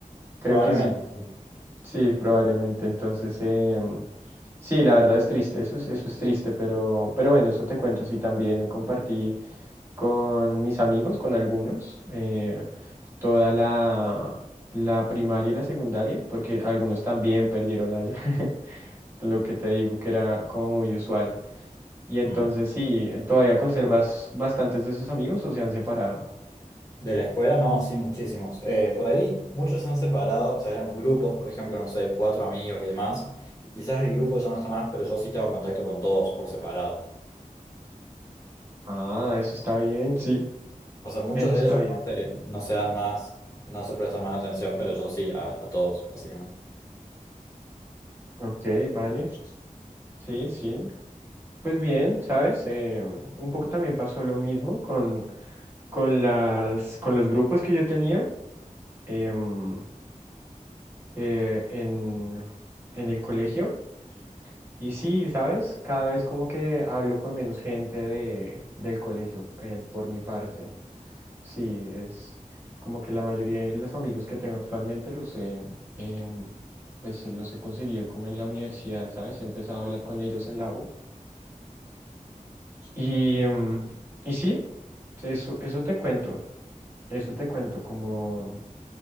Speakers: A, on the right (about 15°); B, on the left (about 25°).
A: Creo
B: probablemente,
A: que sí.
B: sí.
A: Sí, probablemente. Entonces, em, sí, la verdad es triste, eso es, eso es triste, pero, pero bueno, eso te cuento. Sí, también compartí con mis amigos, con algunos, eh, toda la, la primaria y la secundaria, porque algunos también perdieron año, <laughs> lo que te digo que era como muy usual. Y entonces,
B: Mm,
A: sí, todavía conservas bastantes de sus amigos o se han separado.
B: De la escuela, no, sí, muchísimos. Eh, por ahí muchos se han separado, o sea, éramos grupos, por ejemplo, no sé, cuatro amigos y demás, y quizás el grupo ya no está más, pero yo sí tengo contacto con todos por separado.
A: Ah, eso está bien, sí,
B: O sea, muchos
A: eso está
B: de ellos
A: bien.
B: no se, no se dan más, no se prestan más atención, pero yo sí, a, a todos, básicamente.
A: Ok, vale, sí, sí. Pues bien, ¿sabes? Eh, un poco también pasó lo mismo con, con las, con los grupos que yo tenía em, eh, en, en el colegio. Y sí, ¿sabes? Cada vez como que hablo con menos gente de, del colegio eh, por mi parte. Sí, es como que la mayoría de los amigos que tengo actualmente los he, em, pues, los he conseguido como en la universidad, ¿sabes? He empezado a hablar con ellos en la U. Y, mm, y sí, eso, eso te cuento, eso te cuento, como,